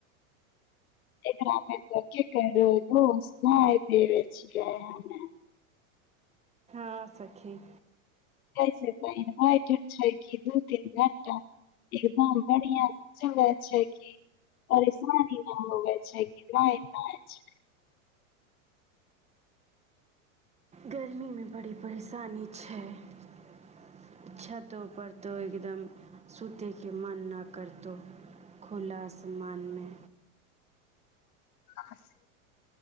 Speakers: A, on the left; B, on the right.
A: एकरामे तऽ की कही बोस धारि देबे छियै हम्मे <inaudible>
B: आ सखी
A: से तऽ इनवाटर छैक कि दू तीन घंटा एकदम बढ़िया से चले छैक कि परेशानी नहि होबय छैक कि लाइन रहय छैक
B: गर्मीमे बड़ी परेशानी छैक छ्तहु पड़ एकदम सुतयकेँ मन नहि करतहुं खुला आसमानमे
A: कर